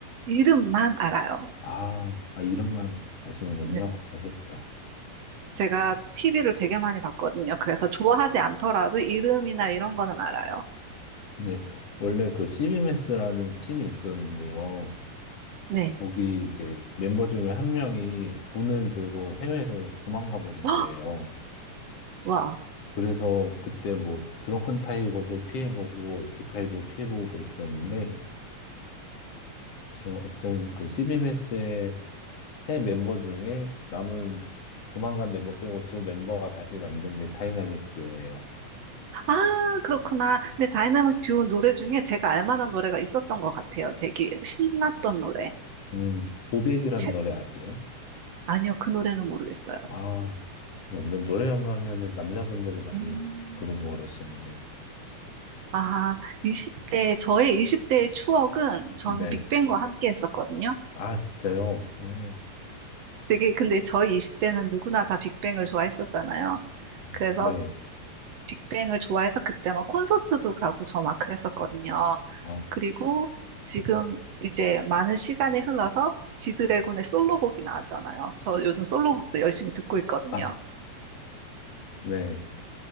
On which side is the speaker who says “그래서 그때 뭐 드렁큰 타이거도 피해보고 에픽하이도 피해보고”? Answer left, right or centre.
Left